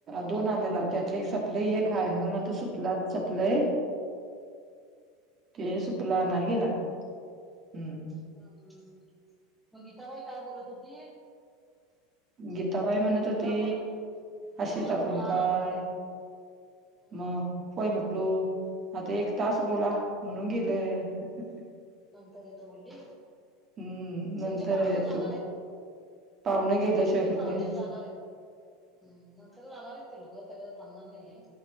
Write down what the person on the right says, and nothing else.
दोन आणला हो त्यात एक आपलं एकय म्हणून आता सुपला सपलंय. के सुपला नाही गेला हम्म.
गीताबाई म्हणत
होती
आशीचा
फोन
काय.
मग होय म्हटलो आता एक तास बोला म्हणून गे. <inaudible>
हम्म
नंतर
येतो
पाहुणे गेल्याशिवाय
कुठले